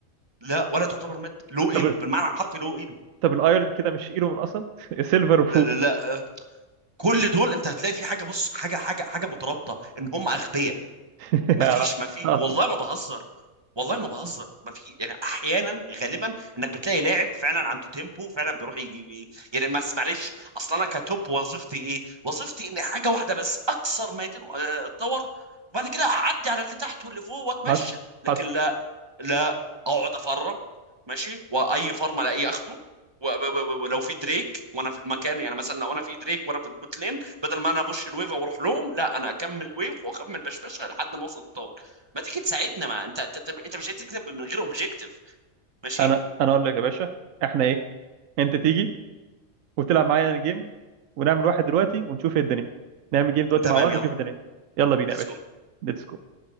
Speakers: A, on the right; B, on the right.
A: لا ولا تعتبر مد لو ايلو
B: طب
A: بالمعنى الحرفي لو ايلو
B: طب الايرون كده مش ايلو من اصلا <laughs> سيلفر و
A: لا, لا, لا آه، كل دول انت هتلاقي في حاجه بص حاجه حاجه حاجه مترابطه ان هم اغبياء
B: <laughs>
A: ما فيش ما في
B: حصل
A: والله ما بهزر والله ما بهزر ما في يعني احيانا غالبا انك بتلاقي لاعب فعلا عنده تيمبو فعلا بيروح يجي يعني بس معلش اصلا انا كتوب وظيفتي ايه؟ وظيفتي اني حاجه واحده بس اكسر ما يتم- آه، اتطور وبعد كده اعدي على اللي تحت واللي فوق واتمشى
B: حصل
A: لكن
B: حصل
A: لا لا اقعد افرم ماشي واي فرم الاقيه اخده و- و- و- ولو في دريك وانا في المكان يعني مثلا لو انا في دريك وانا في البوت لين بدل ما انا ابش الويف واروح لهم لا انا اكمل ويف واكمل بشبشه لحد ما اوصل الطار ما تيجي تساعدنا ما انت انت انت أنت مش هتكتب من غير اوبجيكتيف ماشي
B: انا انا اقول لك يا باشا احنا ايه انت تيجي وتلعب معايا جيم ونعمل واحد دلوقتي ونشوف ايه الدنيا نعمل جيم دلوقتي
A: تمام
B: مع بعض
A: يلا
B: ونشوف الدنيا يلا بينا
A: ليتس
B: يا باشا
A: جو
B: ليتس جو